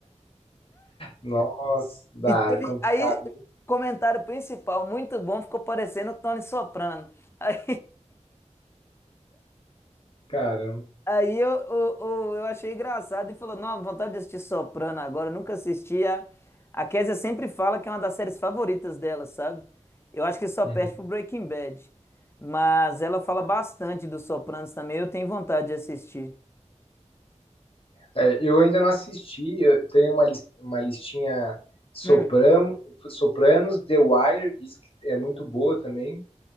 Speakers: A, on the left; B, on the left.
A: nossa, dá,
B: E teve
A: é complicado,
B: aí
A: hein?
B: comentário principal, muito bom, ficou parecendo o Tony Soprano. <laughs> Aí
A: Caramba.
B: Aí eu, eu, eu, eu achei engraçado e falou: Não, vontade de assistir Soprano agora, eu nunca assisti. A, a Kézia sempre fala que é uma das séries favoritas dela, sabe? Eu acho que só
A: Uhum.
B: perde pro Breaking Bad. Mas ela fala bastante dos Sopranos também, eu tenho vontade de assistir.
A: É, eu ainda não assisti, eu tenho uma, lis- uma listinha Soprano,
B: Hum.
A: Sopranos, The Wire, diz que é muito boa também.